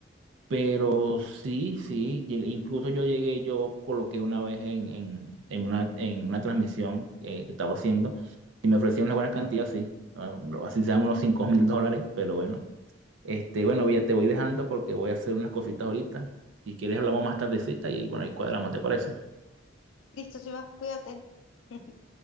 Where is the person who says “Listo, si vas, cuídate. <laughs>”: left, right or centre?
Left